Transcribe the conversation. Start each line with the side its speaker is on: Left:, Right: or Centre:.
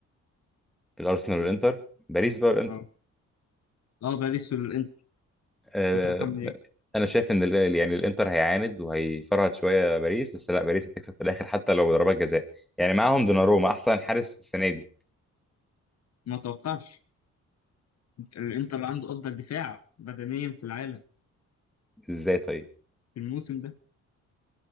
Centre: الارسنال والانتر باريس بقى والانتر
Left: اه اه باريس والإنتر
Centre: آه
Left: تتوقع مين يكسب
Centre: انا شايف ان ال- يعني الانتر هيعاند وهيفرهد شويه باريس بس لا باريس هتكسب في الاخر حتى لو ضربات جزاء يعني معاهم دوناروما احسن حارس السنه دي
Left: ما توقعش الانتر عنده افضل دفاع بدنيا في العالم
Centre: ازاي طيب
Left: في الموسم ده